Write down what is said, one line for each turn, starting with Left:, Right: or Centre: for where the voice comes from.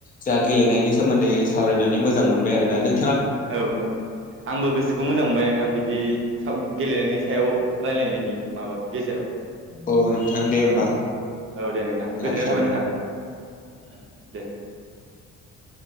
Left: जा गेलेनायनि सोमोन्दै सावरायनानै मोजां मोनबाय आरोना नों
Right: औ आंबो गोसोखौ मोजां मोनबाय नोंथां बिदि साव गेलेनायनि सायाव रायलायनायनि माबा गेजेराव
Left: औ नोंथां दे होमबा।
Right: औ दे नोंथां गोजोननाय
Left: लाखिथ'बाय
Right: थाबाय नोंथां औ दे।
Left: <inaudible>